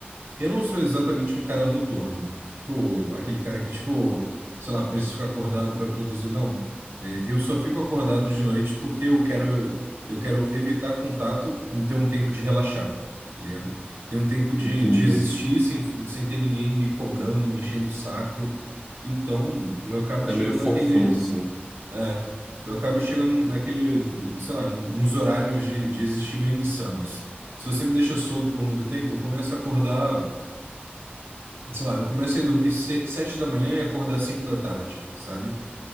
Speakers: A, on the right (about 85°); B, in the centre.
A: eu não sou exatamente um cara noturno. Tipo, aquele cara que, tipo, sei lá, precisa ficar acordado para produzir. Não. É, eu só fico acordado de noite porque eu quero, eu quero evitar contato e ter um tempo de relaxar, tá ligado? Ter um tempo de,
B: entendi.
A: de existir sem, sem ter ninguém me cobrando, me enchendo o saco. Então, eu acabo
B: É
A: chegando
B: meio forfã,
A: naqueles.
B: assim.
A: É, eu acabo chegando naquele, sei lá, nos horários de, de existir meio insanos. Se você me deixa solto por muito tempo, eu começo a acordar, sei lá, eu começo a ir dormir se- sete da manhã e acordar cinco da tarde, sabe?